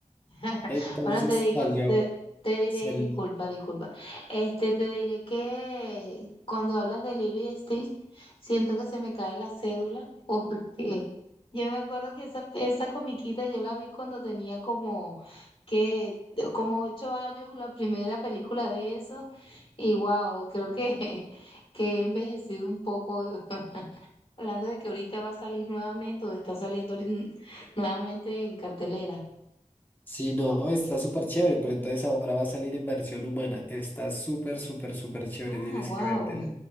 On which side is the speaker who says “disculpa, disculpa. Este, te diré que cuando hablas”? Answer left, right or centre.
Left